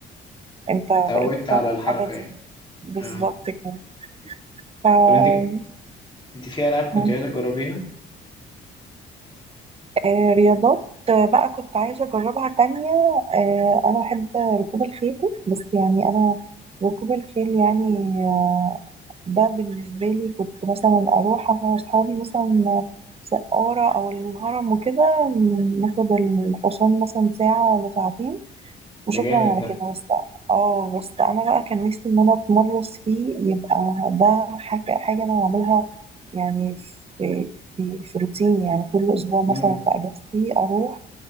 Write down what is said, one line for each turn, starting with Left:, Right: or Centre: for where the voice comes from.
Right: انت
Left: اتعودت
Right: بقيت
Left: على
Right: تعمل
Left: الحركة
Right: الحاجه
Left: يعني
Right: دي بالظبط
Left: أه
Right: كده ف
Left: طب أنت أنت في ألعاب كنت
Right: مم.
Left: عايزة تجربيها؟
Right: آه، رياضات آه، بقى كنت عايزه اجربها تانية آه، انا بحب ركوب الخيل بس يعني انا ركوب الخيل يعني آه، ده بالنسبة لي كنت مثلا أروح أنا وأصحابي مثلا سقارة أو الهرم وكده ناخد الحصان مثلا ساعة ولا ساعتين
Left: ده
Right: وشكرا
Left: جامد
Right: على
Left: ده
Right: كده بس اه بس أنا بقى كان نفسي إن أنا أتمرس فيه يبقى ده حاجة حاجة أنا أعملها يعني في في في روتيني يعني كل أسبوع مثلا
Left: امم
Right: في أجازتي أروح